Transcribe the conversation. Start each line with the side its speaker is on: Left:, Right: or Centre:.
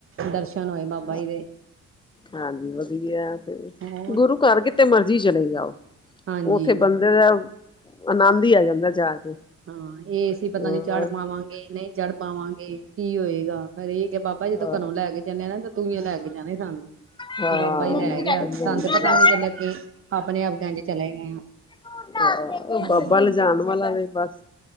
Right: ਦਰਸ਼ਨ ਹੋਏ ਬਾਬਾ
Left: ਹਾਂ
Right: ਜੀ ਦੇ।
Left: ਹਾਂਜੀ ਵਧੀਆ ਫਿਰ,
Right: ਹੋਰ
Left: ਗੁਰੂ ਘਰ ਕਿਤੇ ਮਰਜ਼ੀ ਚਲੇ ਜਾਓ।
Right: ਹਾਂਜੀ
Left: ਉੱਥੇ ਬੰਦੇ ਦਾ, ਆਨੰਦ ਹੀ ਆ ਜਾਂਦਾ ਜਾ ਕੇ।
Right: ਹਾਂ, ਇਹ ਸੀ ਪਤਾ
Left: ਹਾਂ
Right: ਨੀ ਚੜ੍ਹ ਪਾਵਾਂਗੇ, ਨਹੀਂ ਚੜ ਪਾਵਾਂਗੇ, ਕੀ ਹੋਏਗਾ ਫੇਰ ਇਹ ਕਹਿ ਬਾ ਜੇ ਤੂੰ
Left: ਹਾਂ
Right: ਘਰੋਂ ਲੈ ਕੇ ਚੱਲੇ ਆ, ਨਾ ਤਾਂ ਤੂਹੀਂਓ ਲੈ ਕੇ ਜਾਣੇ ਸਾਨੂੰ।
Left: ਹਾਂ
Right: ਬਾਬਾ ਜੀ ਲੈ ਗਿਆ, ਸਾਨੂੰ ਪਤਾ ਤੇ ਵੀ ਨੀ ਚੱਲਿਆ ਕੇ, ਆਪਣੇ- ਆਪ ਕਿੰਜ ਚਲੇ ਗਏ ਆ।
Left: <unintelligible> ਉਹ
Right: ਹਾਂ
Left: ਬਾਬਾ ਲਿਜਾਣ ਵਾਲਾ ਏ ਬਸ।